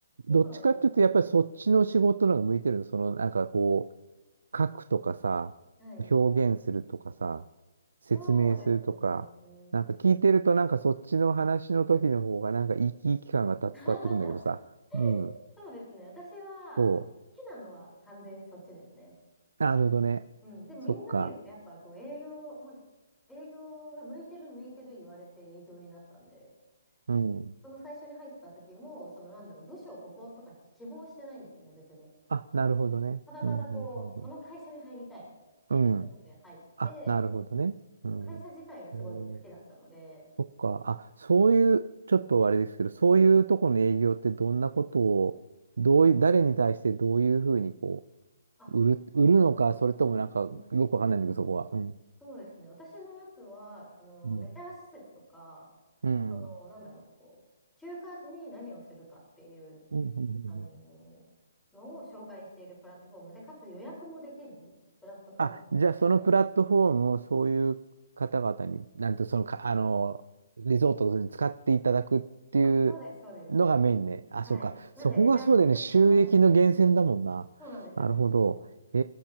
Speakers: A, in the centre; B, on the right.
A: 今はでも、
B: どっちかっていうと、やっぱりそっちの仕事の方が向いてるの。その、なんかこう、書くとかさ、
A: はい。
B: 表現するとかさ、説明するとか、
A: そうですね。
B: なんか聞いてると、なんかそっちの話の時の方が、なんか生き生き感が伝わってくるんだけどさ。
A: <laughs>
B: うん。
A: そうですね。私は好きなのは完全にそっちですね。
B: そう。なるほどね。
A: うん。でもみんなにはやっぱこう営業、
B: そっか。
A: まあ、営業が向いてる向いてる言われて営業になったんで、
B: うん。
A: その最初に入った時も、そのなんだろう、部署をこことか希望してないんですよね、別に。
B: あ、なるほどね。
A: ただただこう、
B: うん、うん、うん、
A: この会社に入りたいっ
B: うん。
A: ていうので入って、
B: うん。あ、なるほどね。うん。
A: 会社自体がすごい好きだったので、
B: えーそっか。あ、そういう、ちょっとあれですけど、そういうとこの営業ってどんなことを、どういう、誰に対してどういうふうにこ
A: あ、
B: う、売る、売るのか、それともなんか、
A: うんうんうん。
B: よくわかんないんだけど、そこは。うん。
A: そうですね。私のやつは、あの、
B: うん。
A: レジャー施設とか、
B: うん。
A: あの、なんだろう、こう、休暇に何をするかっていう、
B: うんうんうんうん
A: あの、のを紹介しているプラットフォームで、かつ予約もできるプラットフォームだったので、
B: あ、じゃあそのプラットフォームをそういう方々に、なんとそのか、あの、リゾートに使っていただくっていうのがメインね。
A: あ、そうです、そうです。
B: あ、
A: はい。
B: そうか。
A: なんで、
B: そこがそうだよね。
A: レジャー施設とかに、
B: 収益の源泉だもんな。
A: そうなんですよ。
B: なるほど。へ